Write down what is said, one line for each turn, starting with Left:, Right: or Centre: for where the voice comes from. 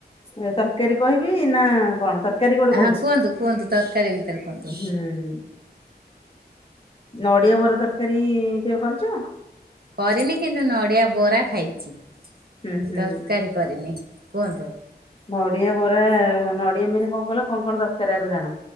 Left: ତର ତରକାରୀ କହିବି ନା କଣ ତରକାରୀ ଗୋଟେ
Right: ହଁ
Left: କହୁଛି
Right: କୁହନ୍ତୁ କୁହନ୍ତୁ ତରକାରୀ ଭିତରେ କୁହନ୍ତୁ।
Left: ହୁଁ ନଡିଆ ବରା ତରକାରୀ କେବେ କରିଛ?
Right: କରିନି କିନ୍ତୁ ନଡ଼ିଆ ବରା ଖାଇଛି
Left: ହୁଁ ହୁଁ
Right: ତରକାରୀ କରିନି କୁହନ୍ତୁ।
Left: ନଡିଆ ବରା ନଡିଆ ମେନ୍ କଣ କହିଲ କଣ କଣ ଦରକାର ଆଗ ଜାଣ